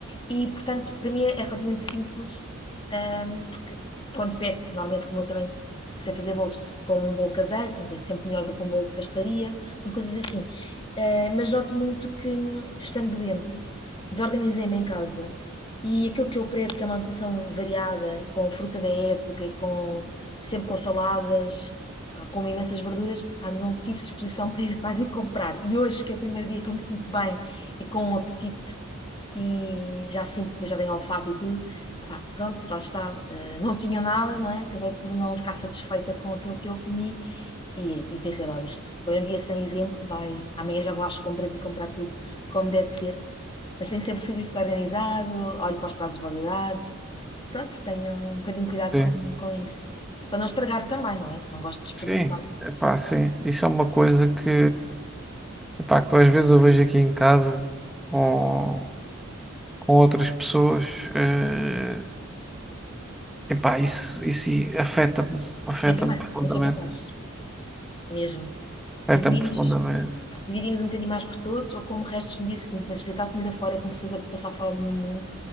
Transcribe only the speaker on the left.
E, portanto, para mim é é relativamente simples, ahm, porque quando peco, normalmente, como eu também sei fazer bolos, como um bolo caseiro, portanto, é sempre melhor do que um bolo de pastelaria, portanto, coisas assim. Ah, mas noto muito que, hum, estando doente, desorganizei-me em casa. E aquilo que eu prezo, que é uma alimentação variada, e com fruta da época, e com sempre com saladas, ah, como imensas verduras, pá, não tive disposição <laughs> para ir, para ir comprar. E hoje, que é o primeiro dia que eu me sinto bem e com um apetite e já sinto, já tenho olfato e tudo, pá, pronto, lá está. Ah, não tinha nada, não é? Acabei por não ficar satisfeita com aquilo que eu comi e, e pensei lá, isto foi um dia sem exemplo, vai, amanhã já vou às compras e comprar tudo como deve de ser. Mas tenho sempre o frigorífico organizado, olho para os prazos de validade, Pronto, tenho um bocadinho cuidado
com, com isso. Para não estragar também, não é? Não gosto de desperdiçar.
Eu também,
não sou capaz. Mesmo.
Dividimos,
dividimos um bocadinho mais por todos ou como restos no dia seguinte, mas deitar comida fora com pessoas a passar fome no mundo,